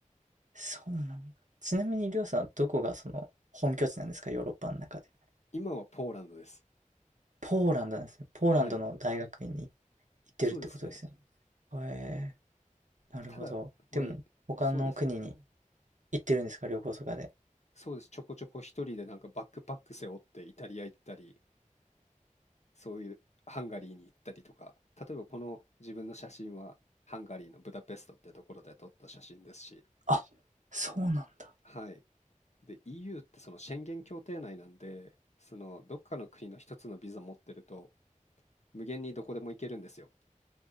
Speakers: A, on the right; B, on the left.
A: そうなんだ。ちなみにりょうさん、どこがその本拠地なんですか？ヨーロッパの中で。
B: 今はポーランドです。
A: ポーランドなんですね。ポーランドの大学院に行ってるってことですよね。
B: はい。そうですね。
A: え、
B: まただ、
A: なるほど。
B: まあ、
A: でも、他の国に
B: そうですね。
A: 行ってるんですか？旅行とかで。
B: そうです。ちょこちょこ一人でなんかバックパック背負ってイタリア行ったり、そういうハンガリーに行ったりとか、例えばこの自分の写真はハンガリーのブダペストってところで撮った写真ですし、
A: あ、そうなんだ。
B: はい。で、EU ってその宣言協定内なんで、そのどっかの国の一つのビザ持ってると、無限にどこでも行けるんですよ。